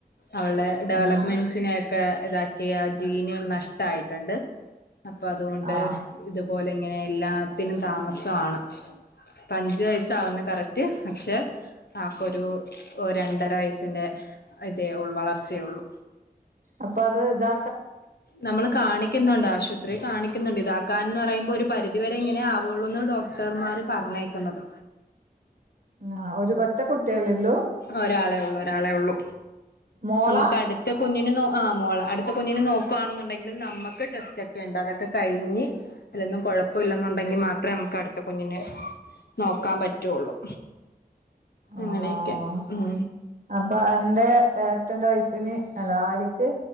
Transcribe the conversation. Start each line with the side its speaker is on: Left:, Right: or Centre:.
Left: അവൾടെ ഡെവലപ്മെന്റ്സ്
Right: അങ്ങനെ
Left: നെയോക്കെ ഇതാക്കിയ ജീനുകൾ നഷ്ടായിട്ടുണ്ട് അപ്പൊ അതുകൊണ്ട്
Right: ആഹ്
Left: ഇതുപോലെ ഇങ്ങനെ എല്ലാത്തിനും താമസാണ് ഇപ്പ അഞ്ച് വയസ്സാവ്ന്നു കറക്റ്റ് പക്ഷെ ആൾക്കൊരു രണ്ടര വയസ്സിന്റെ ഇതേ ഒൾ വളർച്ചയെള്ളൂ
Right: അപ്പോ അത് ഇതാ
Left: നമ്മള് കാണിക്കുന്നുണ്ട് ആശു പത്രി കാണിക്കുന്നുണ്ട് ഇതാക്കാൻന്ന് പറയുമ്പോ ഒരു പരിധിവരെ ഇങ്ങനാവുള്ളൂന്ന് ഡോക്ടർമാർ പർഞ്ഞേക്കുന്നത്
Right: ആഹ് ഒരു ഒറ്റ കുട്ടിയല്ലേള്ളൂ
Left: ഒരാളെള്ളൂ ഒരാളെ ഒള്ളൂ
Right: മോളാ
Left: നമുക്ക് അടുത്ത കുഞ്ഞിനെ നൊ ആഹ് മോളാ അടുത്ത കുഞ്ഞിനെ നോക്കുവാണെന്നുണ്ടെങ്കില് നമ്മക്ക് ടെസ്റ്റൊക്കെ ഉണ്ട് അതൊക്കെ കഴിഞ്ഞ് അതിലൊന്നും കൊഴപ്പല്ലെന്നുണ്ടെങ്കി മാത്രെ നമുക്ക് അടുത്ത കുഞ്ഞിനെ നോക്കാൻ പറ്റുള്ളൂ അങ്ങനെയൊക്കെയാ
Right: ആഹ്
Left: ഉം
Right: അപ്പൊ എന്റെ ഏട്ടന്റെ വൈഫിന് എല്ലാരിക്ക്